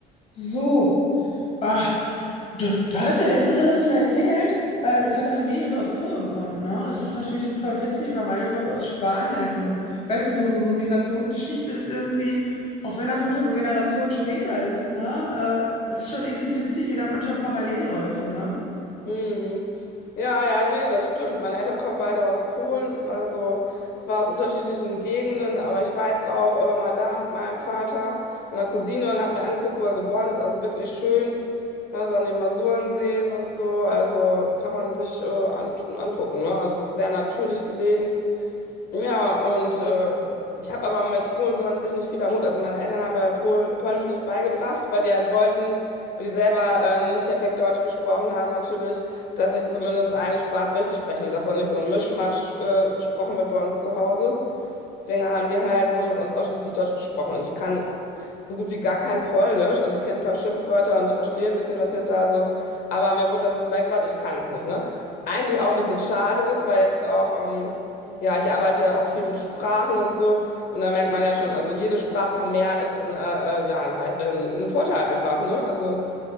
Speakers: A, on the left; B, on the left.
A: So. Ah, du, du hattest mir letztens, hast du mir erzählt, äh, dass deine Familie irgendwie aus Polen kommt, ne? Das ist natürlich super witzig, weil meine kommt aus Spanien und ich weiß nicht, so, so, so Migrationsgeschichte ist irgendwie, auch wenn das manchmal so Generationen später ist, ne? Äh, ist schon irgendwie witzig, wie da manchmal parallel läuft, ne?
B: Mhm. Ja, ja, nee, das stimmt. Meine Eltern kommen beide aus Polen, also zwar aus unterschiedlichen Gegenden, aber ich war jetzt auch äh, mal da mit meinem Vater, meiner Cousine und habe mir angeguckt, wo er geboren ist. Also wirklich schön, also an den Masuren sehen und so. Also kann man sich äh, an, angucken, ne? Also sehr natürlich gelegen. Ja, und äh, ich habe aber mit Polen so an sich nicht viel am Hut. Also meine Eltern haben mir Pol Polnisch nicht beigebracht, weil die halt wollten, weil die selber äh, nicht perfekt Deutsch gesprochen haben natürlich, dass ich zumindest eine Sprache richtig spreche und dass da nicht so ein Mischmasch äh, gesprochen wird bei uns zu Hause. Deswegen haben die halt so mit uns ausschließlich Deutsch gesprochen. Und ich kann so gut wie gar kein Polnisch. Also ich kenne ein paar Schimpfwörter und ich verstehe ein bisschen was hier und da so. Aber mir wurde das nicht beigebracht. Ich kann es nicht, ne? Eigentlich auch ein bisschen schade ist, weil jetzt auch... Ähm, ja, ich arbeite ja auch viel mit Sprachen und so. Und da merkt man ja schon, also jede Sprache mehr ist ein, äh, äh, ja, ein, Rei- äh, ein Vorteil einfach, ne? Also,